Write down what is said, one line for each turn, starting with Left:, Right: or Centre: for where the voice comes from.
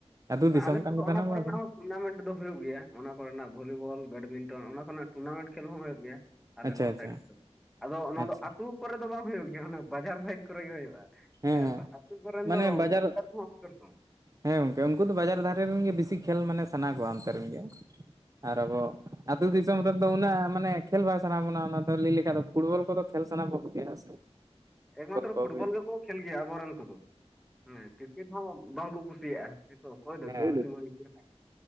Right: ᱟᱹᱛᱩ
Centre: ᱟᱞᱮ
Right: ᱫᱤᱥᱚᱢ
Centre: ᱥᱮᱫ
Right: ᱠᱟᱱ
Centre: ᱫᱚ
Right: ᱜᱮ
Centre: ᱚᱱᱟ
Right: ᱛᱟᱦᱮ
Centre: ᱠᱚᱨᱮᱱᱟᱜ
Right: ᱟᱵᱚ
Centre: ᱦᱚᱸ ᱴᱩᱨᱱᱟᱢᱮᱱᱴ ᱫᱚ ᱦᱩᱭᱩᱜ ᱜᱮᱭᱟ ᱚᱱᱟ ᱠᱚᱨᱮᱱᱟᱜ ᱵᱷᱚᱞᱤᱵᱚᱞ ᱵᱮᱰᱢᱤᱱᱴᱚᱱ ᱚᱱᱟ ᱠᱚᱨᱮᱱᱟᱜ ᱴᱩᱨᱱᱟᱢᱮᱱᱴ ᱠᱷᱮᱞ ᱦᱚᱸ ᱦᱩᱭᱩᱜ ᱜᱮᱭᱟ᱾ ᱟᱞᱮ
Right: ᱟᱪᱪᱷᱟ
Centre: ᱱᱚᱣᱟ
Right: ᱟᱪᱪᱷᱟ
Centre: ᱥᱟᱭᱤᱰ ᱠᱚᱫᱚ ᱟᱫᱚ ᱚᱱᱟ
Right: ᱟᱪᱪᱷᱟ
Centre: ᱫᱚ ᱟᱹᱛᱩ ᱠᱚᱨᱮ ᱫᱚ ᱵᱟᱝ ᱦᱩᱭᱩᱜ ᱜᱮᱭᱟ ᱚᱱᱟ ᱵᱟᱡᱟᱨ ᱥᱟᱭᱤᱰ ᱠᱚᱨᱮ ᱜᱮ ᱦᱩᱭᱩᱜᱼᱟ᱾
Right: ᱦᱮᱸ ᱦᱮᱸ
Centre: ᱟᱹᱛᱩ ᱠᱚᱨᱮᱱ
Right: ᱢᱟᱱᱮ
Centre: ᱫᱚ <unintelligible>
Right: ᱵᱟᱡᱟᱨ ᱦᱮᱸ ᱜᱚᱝᱠᱮ ᱩᱱᱠᱩ ᱫᱚ ᱵᱟᱡᱟᱨ ᱫᱷᱟᱨᱮ ᱨᱮᱱ ᱜᱮ ᱵᱮᱥᱤ ᱠᱷᱮᱞ ᱢᱟᱱᱮ ᱥᱟᱱᱟ ᱠᱚᱣᱟ ᱚᱱᱛᱮ ᱨᱮᱱ ᱜᱮ ᱟᱨ ᱟᱵᱚ ᱟᱹᱛᱩ ᱫᱤᱥᱚᱢ ᱨᱮᱱᱫᱚ ᱩᱱᱟᱹᱜ ᱢᱟᱱᱮ ᱠᱷᱮᱞ ᱵᱟᱭ ᱥᱟᱱᱟ ᱵᱚᱱᱟ ᱚᱱᱟ ᱫᱚ ᱞᱟᱹᱭ ᱞᱮᱠᱷᱟᱱ ᱫᱚ ᱯᱷᱩᱴᱵᱚᱞ ᱠᱚᱫᱚ ᱠᱷᱮᱞ ᱥᱟᱱᱟ ᱵᱚᱱ ᱜᱮᱭᱟ ᱦᱮᱸ ᱥᱮ
Centre: <inaudible> ᱮᱠᱢᱟᱛᱨᱚ
Right: ᱠᱚ
Centre: ᱯᱷᱩᱴᱵᱚᱞ
Right: ᱦᱩᱭᱮᱱ
Centre: ᱜᱮᱠᱚ ᱠᱷᱮᱞ ᱜᱮᱭᱟ ᱟᱵᱚᱨᱮᱱ ᱠᱚᱫᱚ ᱦᱮᱸ ᱠᱨᱤᱠᱮᱴ ᱦᱚᱸ ᱵᱟᱝ ᱠᱚ ᱠᱩᱥᱤᱭᱟᱜᱼᱟ᱾ ᱚᱠᱚᱭ ᱫᱚ
Right: ᱦᱮᱸ
Centre: ᱛᱤᱸᱜᱩ
Right: ᱦᱮᱸ
Centre: ᱛᱤᱸᱜᱩᱭ ᱠᱷᱮᱞᱟᱭ᱾